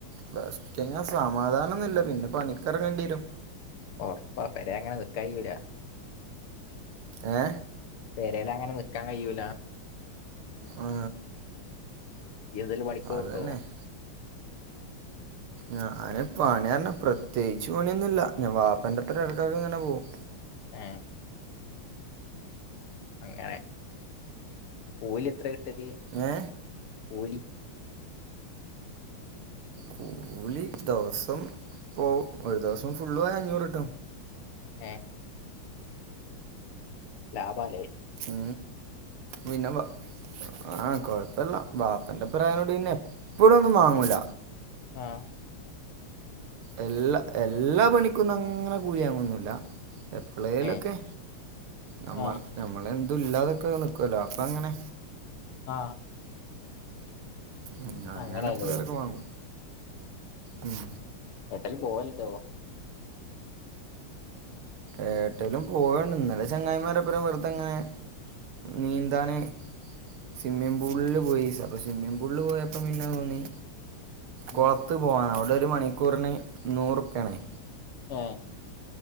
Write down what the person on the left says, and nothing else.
ഒറപ്പാ പെരാ അങ്ങനെ നിക്കാൻ കഴിയൂല
പേരലങ്ങനെ നിക് നിക്ക കായൂലാ
യ് എയേലും പണിക്കു പോണുണ്ടോ
ഏ അങ്ങനെ കൂലി എത്ര കി ട്ടല്
കുലി
ഏ ലാഭാല്ലേ
ഏ
ഏ
ആ
ആ
അങ്ങനെയല്ലേ
ലും പോവലുട്ടോ
ഉം
ഏ